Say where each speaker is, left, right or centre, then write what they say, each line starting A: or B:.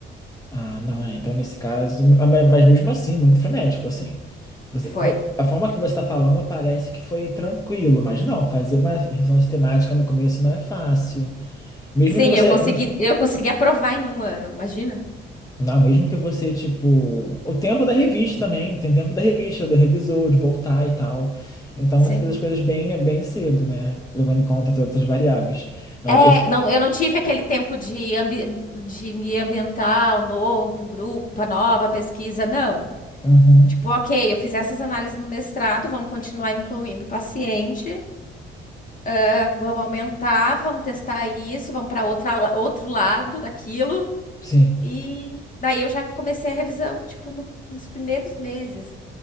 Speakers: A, on the left (about 15°); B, on the left (about 40°).
A: Ah, não é. Então, nesse caso. ah, ma- Mas mesmo assim, muito frenético, assim. Você,
B: Foi.
A: fo- a forma que você está falando parece que foi tranquilo, mas não, fazer uma revisão sistemática no começo não é fácil. Mesmo
B: Sim,
A: que você.
B: eu consegui,
A: hum,
B: eu consegui aprovar em um ano, imagina?
A: Não, mesmo que você, tipo. O tempo da revista também, tem tempo da revista, do revisor, de voltar e tal. Então
B: Sim.
A: você fez as coisas bem, bem cedo, né? Levando em conta todas as variáveis. Não,
B: É,
A: eu, fui-
B: não, eu não tive aquele tempo de, ambi- de me ambientar, o novo grupo, a nova pesquisa, não.
A: Uhum,
B: Tipo, ok, eu fiz essas análises no mestrado, vamos continuar incluindo o paciente, eh, vamos aumentar, vamos testar isso, vamos para outra, la- outro lado daquilo.
A: sim.
B: E daí eu já comecei a revisão, tipo, no- nos primeiros meses